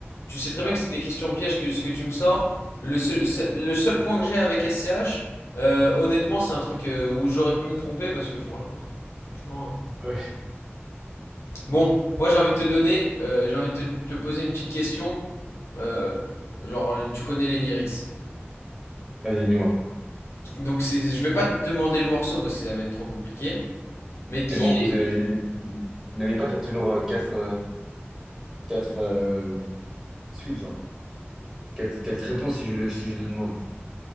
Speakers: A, on the left; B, in the centre.
A: Tu sais très
B: Ouais.
A: bien que c'est des questions pièges que ce que tu me sors. Le seul, c'est- le seul point que j'ai avec SCH, euh, honnêtement, c'est un truc euh, où j'aurais pu me tromper parce que fran- fran- franchement.
B: Ouais.
A: Bon, moi j'ai envie de te donner, euh, j'ai envie de te, te poser une petite question. Euh, genre, tu connais les lyrics.
B: Vas-y, dis-moi.
A: Donc c'est- je vais pas te demander le morceau parce que ça va être trop compliqué. Mais qui
B: Mais bon, de- n'oubliez pas qu'il y a toujours euh, quatre, euh, quatre euh, suites, genre. Quatre, quatre réponses si je le, si je le demande.